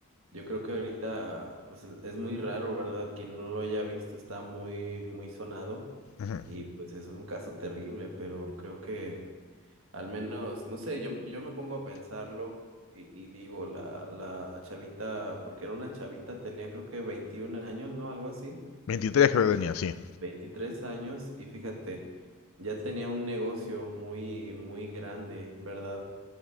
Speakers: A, on the right; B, on the left.
A: Yo creo que ahorita, pues es, es muy raro, ¿verdad? Quien no lo haya visto está muy, muy sonado
B: Ujú.
A: y pues es un caso terrible, pero creo que al menos, no sé, yo, me- yo me pongo a pensarlo y, y digo, la, la chavita, porque era una chavita, tenía creo que 21 años, ¿no? Algo así.
B: 23 creo que tenía, sí.
A: 23 años y fíjate, ya tenía un negocio muy, muy grande, ¿verdad?